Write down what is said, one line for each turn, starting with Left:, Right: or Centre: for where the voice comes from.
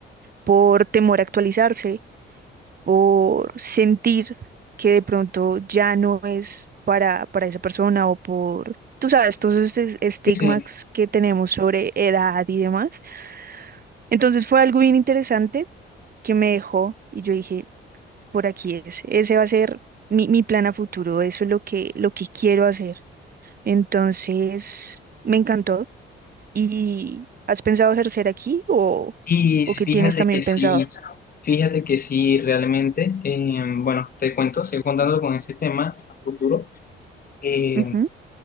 Right: Por temor a actualizarse, por sentir que de pronto ya no es para, para esa persona o por, tú sabes, todos esos es- estigmas
Left: Sí.
Right: que tenemos sobre edad y demás. Entonces fue algo bien interesante que me dejó y yo dije, por aquí es, ese va a ser mi, mi plan a futuro, eso es lo que, lo que quiero hacer. Entonces, me encantó. ¿Y has pensado ejercer aquí o,
Left: Y
Right: o
Left: fíjate
Right: qué tienes también
Left: que
Right: pensado?
Left: sí, fíjate que sí, realmente, eh, bueno, te cuento, sigo contando con ese tema a futuro. Eh,
Right: Ujú,